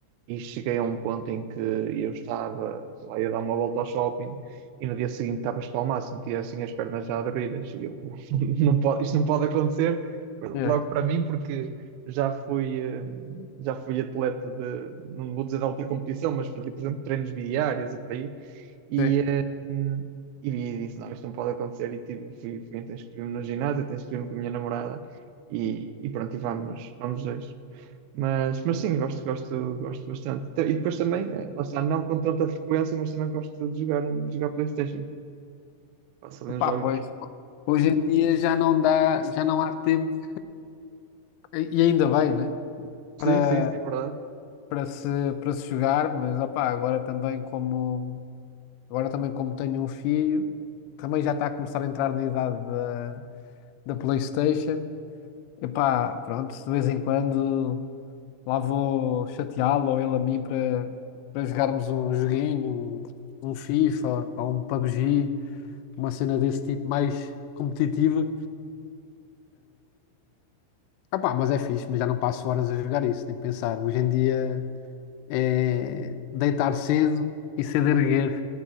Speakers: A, on the right; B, on the left.
A: e cheguei a um ponto em que eu estava, sei lá, ia dar uma volta ao shopping. E no dia seguinte estava espalmado, sentia assim as pernas já doloridas. E eu, <laughs> não pode, isto não pode acontecer, logo
B: é, é.
A: para mim, porque já fui, eh, já fui atleta de, não vou dizer de alta competição, mas fazia, por exemplo, treinos bidiários e por aí. E,
B: sim.
A: eh, e disse, não, isto não pode acontecer. E tive, fui, fui então inscrevi-me no ginásio, até inscrevi-me com a minha namorada. E, e pronto, e vamos, vamos dois. Mas, mas sim, gosto, gosto, gosto bastante. Então, E depois também, eh, lá está, não com tanta frequência, mas também gosto de jogar, de jogar PlayStation. Faço ali uns
B: Pá,
A: jogos.
B: pois, hoje em dia já não dá, já não há tempo, e e ainda bem, né?
A: Sim,
B: Para,
A: sim, sim, é verdade.
B: para se, para se jogar, mas opá, agora também como, agora também como tenho um filho, também já está a começar a entrar na idade da, da PlayStation. Epá, pronto, de vez em quando lá vou chateá-lo ou ele a mim para, para jogarmos um joguinho, um FIFA ou um PUBG, uma cena desse tipo mais competitiva. Ah pá, mas é fixe, mas já não passo horas a jogar isso, nem pensar. Hoje em dia é deitar cedo e cedo erguer.